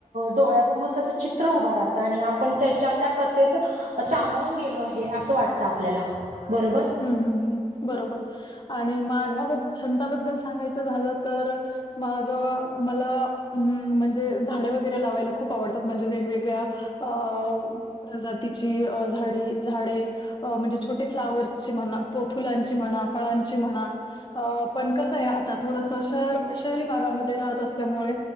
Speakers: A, on the right (about 75°); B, on the left (about 35°).
A: डोळ्यासमोर तसं चित्र उभार राहत आणि आपण त्याच्या त्या कथेत सामावून गेलो आहे असं वाटतं आपल्याला बरोबर
B: ह् बरोबर आणि माझ्या छंदबद्दल सांगायचं झालं तर माझ मला अ म्हणजे झाडे वगैरे लावायला खूप आवडतात म्हणजे वेगवेगळ्या अ प्रजातीची झाडी झाडे म्हणजे छोटे फ्लावर्स ची म्हणा फुलांची म्हणा फळांची म्हणा अ पण कसं आहे आता थोडस शहर शहरी भागामध्ये राहत असल्यामुळे